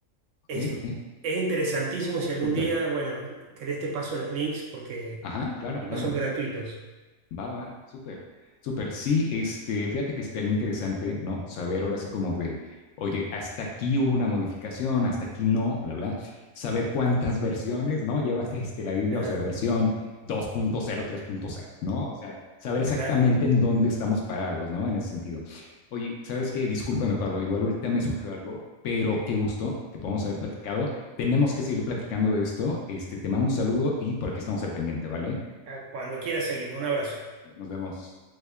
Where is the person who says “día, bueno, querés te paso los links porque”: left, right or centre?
Right